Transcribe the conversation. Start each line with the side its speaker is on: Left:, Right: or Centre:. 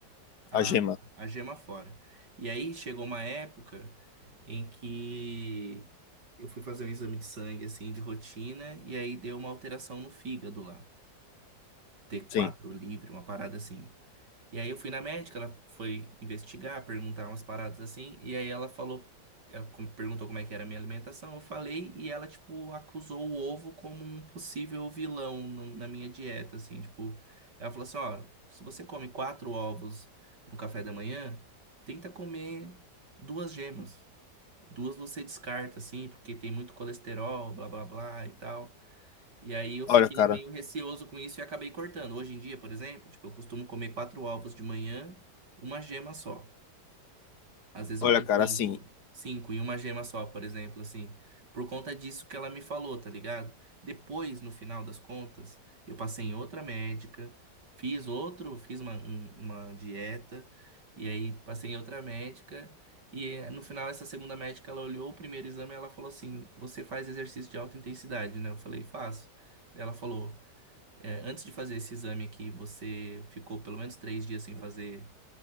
Right: a,
Left: A gema,
Right: a, a gema fora. E aí chegou uma época em que eu fui fazer um exame de sangue, assim, de rotina, e aí deu uma alteração no fígado lá. t quatro
Left: sim.
Right: livre, uma parada assim. E aí eu fui na médica, ela foi investigar, perguntar umas paradas assim, e aí ela falou, ela com- perguntou como é que era a minha alimentação, eu falei, e ela, tipo, acusou o ovo como um possível vilão no- na minha dieta, assim, tipo, ela falou assim, ó, se você come quatro ovos no café da manhã, tenta comer duas gemas. Duas você descarta, assim, porque tem muito colesterol, blá blá blá e tal. E aí eu
Left: Olha,
Right: fiquei
Left: cara,
Right: meio receoso com isso e acabei cortando. Hoje em dia, por exemplo, tipo, eu costumo comer quatro ovos de manhã, uma gema só. Às vezes eu
Left: olha,
Right: como
Left: cara,
Right: cinco,
Left: assim.
Right: cinco e uma gema só, por exemplo, assim. Por conta disso que ela me falou, tá ligado? Depois, no final das contas, eu passei em outra médica, fiz outro, fiz uma, um- uma dieta, e aí passei em outra médica. E eh, no final, essa segunda médica, ela olhou o primeiro exame e ela falou assim: Você faz exercício de alta intensidade, né? Eu falei: Faço. Ela falou: "Eh, Antes de fazer esse exame aqui, você ficou pelo menos três dias sem fazer